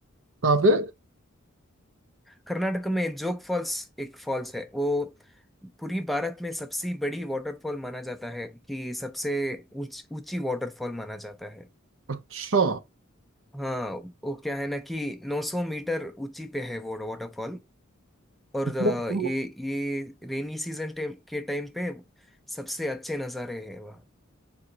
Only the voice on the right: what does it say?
काफे
अच्छा
मतलब